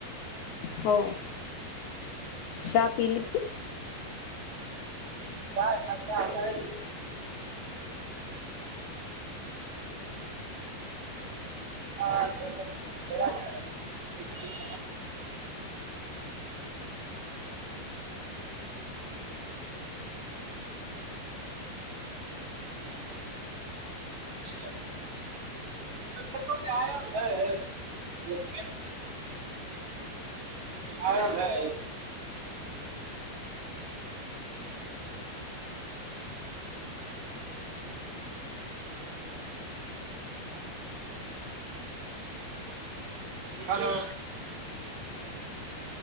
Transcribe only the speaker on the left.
હોવ ચા પીલી.